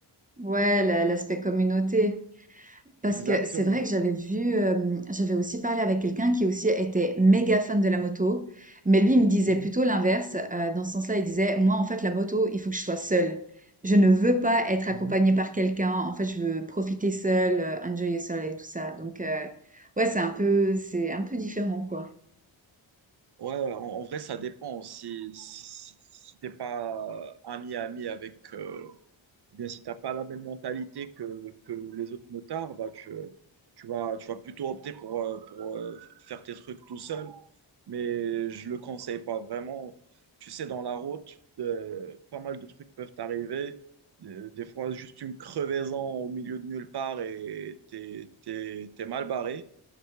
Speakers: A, on the right (about 15°); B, on the right (about 55°).
A: Ouais, la- l'aspect communauté. Parce
B: Exactement.
A: que c'est vrai que j'avais vu, hem, j'avais aussi parlé avec quelqu'un qui aussi était méga fan de la moto, mais lui, il me disait
B: Mhm.
A: plutôt l'inverse, heu, dans ce sens-là, il disait: «Moi, en fait, la moto, il faut que je sois seul. Je ne veux pas être accompagné
B: Mhm.
A: par quelqu'un. En fait, je veux profiter seul, heu, enjoy yourself et tout ça». Donc heu, ouais, c'est un peu c'est un peu différent, quoi.
B: Ouais, en, en vrai, ça dépend. Si, si, si- si t'es pas ami-ami avec, euh, Eh bien, si tu n'as pas la même mentalité que, que les autres motards, bah, tu, tu vas, tu vas plutôt opter pour, euh, pour euh, faire tes trucs tout seul. Mais je ne le conseille pas vraiment. Tu sais, dans la route, euh, pas mal de trucs peuvent t'arriver. Des des fois, juste une crevaison au milieu de nulle part et t'es, t'es, t'es mal barré.